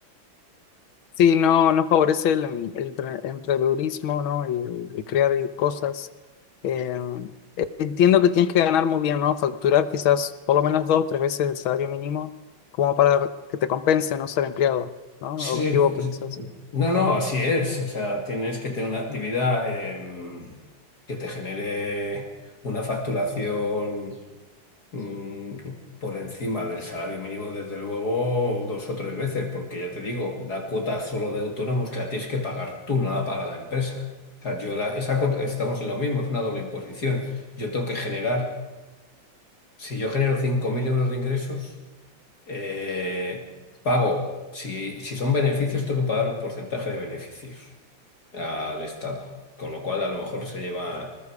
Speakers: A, on the left (about 90°); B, on the left (about 50°).
A: Sí, no, no favorece el, em- el empre- emprendedurismo, ¿no? Y, y crear y cosas. Eh, entiendo que tienes que ganar muy bien, ¿no? Facturar quizás por lo menos dos, tres veces el salario mínimo, como para que te compense no ser empleado, ¿no? O
B: Sí,
A: me equivoco,
B: es-
A: quizás.
B: no, no, así es.
A: Mm,
B: O sea, tienes que tener una actividad
A: mm.
B: em, que te genere una facturación mm, por encima del salario mínimo, desde luego, dos o tres veces, porque ya te digo, la cuota solo de autónomos que la tienes que pagar tú, no la paga la empresa. O sea, yo la, esa cuota, estamos en lo mismo, es una doble imposición. Yo tengo que generar, si yo genero 5.000 euros de ingresos, eh, pago, si, si son beneficios, tengo que pagar un porcentaje de beneficios al Estado. Con lo cual, a lo mejor se lleva,